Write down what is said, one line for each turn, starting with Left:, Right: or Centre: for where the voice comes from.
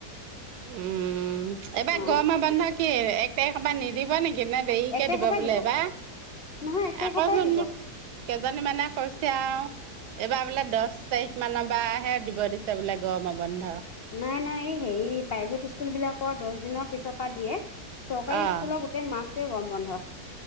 Right: উম, এইবাৰ
Left: অ
Right: গৰম বন্ধ কি এক তাৰিখৰ পৰা নিদিব নেকি? নে দেৰিকে
Left: এক তাৰিখৰ
Right: দিব
Left: পৰাই
Right: বোলে এইবাৰ,
Left: নহয় এক তাৰিখৰ
Right: আকৌচোন
Left: পৰাই দিব
Right: মোক কেইজনী মানে কৈছে আৰু এইবাৰ বোলে দচ তাৰিখ মানৰ পৰা হে দিব দিছে বোলে গৰমৰ বন্ধ।
Left: নাই নাই এই হেৰি প্ৰাইভেট স্কুল বিলাকৰ দহ দিনৰ পিছৰ পৰা দিয়ে, চৰকাৰী
Right: অ',
Left: স্কুলৰ গোটেই মাহটোৱে গৰম বন্ধ,